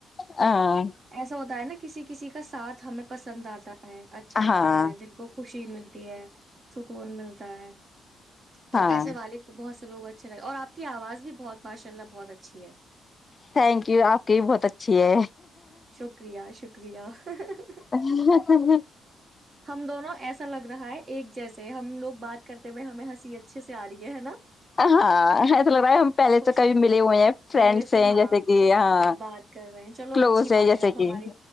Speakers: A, on the left; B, on the right.
A: ہاں
B: ایسا ہوتا نا کسی کسی کا ساتھ ہمیں پسند آتا ہے اچھا لگتا
A: ہاں
B: ہے دل کو خوشی ملتی ہے سکون ملتا ہے تو
A: ہاں
B: ایسے والد کو بہت وگ اچھے لگے اور آ کی آواز بھی بہت ماشاء اللہ بہت اچھی ہے
A: تھینک یو آپ کی بھی بہت اچھی ہے
B: شکریہ شکریہ ہہ ہہ ہہ
A: ہہ‌ ہہ ہہ
B: ہم دونوں ایسا لگ رہا ہے ایک جیس سے ہم لوگ بات کرتے ہوئے ہمیں ہنسی اچھے سے تیاری ہے ہےا
A: ہاں ایسا لگ رہا ہے ہم پہلے
B: خوش
A: سے کبھی ملے ہوئے ہیں فرینڈس
B: پہلے سے
A: ہیں
B: ہاں،
A: جیسے کہ ہاں
B: بات کر رہے ہیں، چلو
A: کلوز
B: اچھی بات
A: ہے جیسے
B: اب
A: کہ
B: ہماری